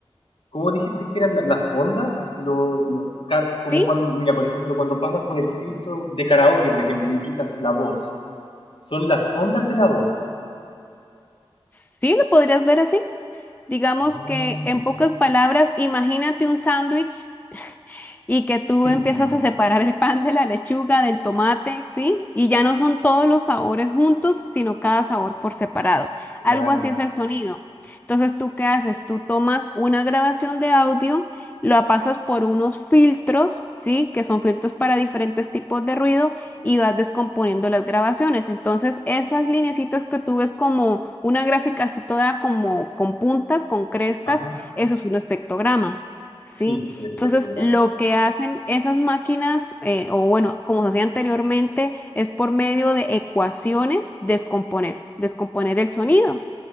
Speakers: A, on the left; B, on the left.
A: ¿Cómo dijiste que eran la- las ondas? Lo, lo- ca- como
B: ¿Sí?
A: cuando, mira, por ejemplo, cuando pasas por el filtro de karaoke, por ejemplo, y le quitas la voz. Son las ondas de la voz.
B: ¿Sí lo podrías ver así? Digamos
A: Ah,
B: que en
A: mira.
B: pocas palabras, imagínate un sándwich y que tú
A: <laughs>
B: empiezas a separar el pan de la lechuga, del tomate, ¿sí? Y ya no son todos los sabores juntos, sino cada sabor por separado.
A: Claro.
B: Algo así es el sonido. Entonces, ¿tú qué haces? Tú tomas una grabación de audio, lo pasas por unos filtros, ¿sí? Que son filtros para diferentes tipos de ruido y vas descomponiendo las grabaciones. Entonces, esas lineecitas que tú ves como una gráfica así toda como con puntas, con crestas,
A: Ajá.
B: eso es un espectrograma, ¿sí?
A: Sí, el espectrograma.
B: Entonces, lo que hacen esas máquinas, eh, o bueno, como se hacía anteriormente, es por medio de ecuaciones descomponer, descomponer el sonido.